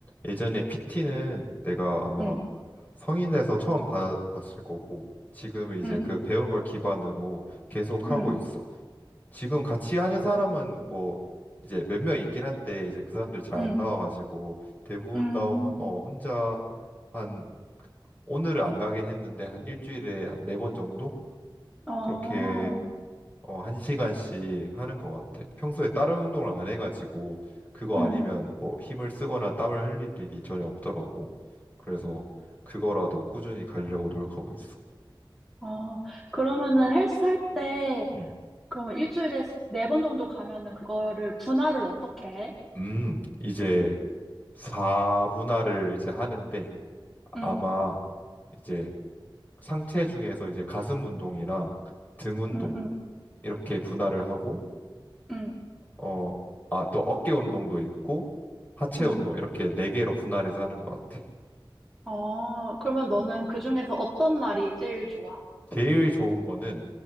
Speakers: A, on the left; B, in the centre.
A: 예전에 PT는 내가 아마
B: 응,
A: 성인 돼서 처음 받았을 거고 지금은 이제
B: 응,
A: 그 배운 걸 기반으로 계속
B: 응,
A: 하고 있어. 지금 같이 하는 사람은 뭐 이제 몇 명 있긴 한데 이제 그 사람들 잘
B: 응,
A: 안 나와가지고 대부분
B: 응,
A: 다 혼, 어, 혼자 한 오늘은 안 가긴 했는데 한 일주일에 네 번 정도
B: 어,
A: 그렇게 어, 한 시간씩 하는 것 같아. 평소에 다른 운동을 안 해가지고 그거
B: 응,
A: 아니면 뭐 힘을 쓰거나 땀을 흘릴 일이 전혀 없더라고. 그래서 그거라도 꾸준히 가려고 노력하고 있어.
B: 어. 그러면은 헬스 할 때,
A: 음,
B: 그러면 일주일에 네 번 정도 가면은 그거를 분할을 어떻게 해?
A: 음, 이제 4분할을 이제 하는데
B: 응,
A: 아마 이제 상체 중에서 이제 가슴 운동이랑 등 운동
B: 응, 응,
A: 이렇게 분할을 하고
B: 응,
A: 어, 아, 또 어깨 운동도 있고 하체
B: 응.
A: 운동 이렇게 네 개로 분할해서 하는 것 같아.
B: 어, 그러면 너는
A: 음.
B: 그중에서 어떤 날이 제일 좋아?
A: 제일 좋은 거는